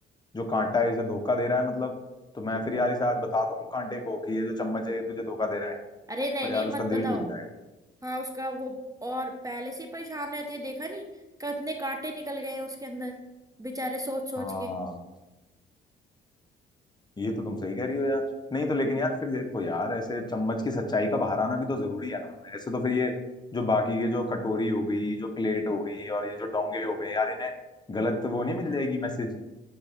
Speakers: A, on the left; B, on the right.
A: जो कांटा है इसे धोखा दे रहा है मतलब तो मैं फिर यार इसे आज बता दूं कांटे को कि ये जो चम्मच है ये तुझे धोखा दे रहा है
B: अरे नहीं
A: पर
B: नहीं
A: यार
B: मत
A: उसका
B: बताओ
A: दिल टूट जाएगा
B: हाँ उसका वो और पहले से ही परेशान रहती है देखा नहीं कितने कांटे निकल गए हैं उसके अंदर बेचारे सोच सोच
A: हाँ
B: के
A: ये तो तुम सही कह रही हो यार नहीं तो लेकिन यार फिर देखो यार ऐसे चम्मच की सच्चाई का बाहर आना भी तो जरूरी है ना ऐसे तो फिर ये जो बाकी के जो कटोरी हो गई जो प्लेट हो गई और ये जो डोंगे हो गए यार इन्हें गलत वो नहीं मिल जाएगी मैसेज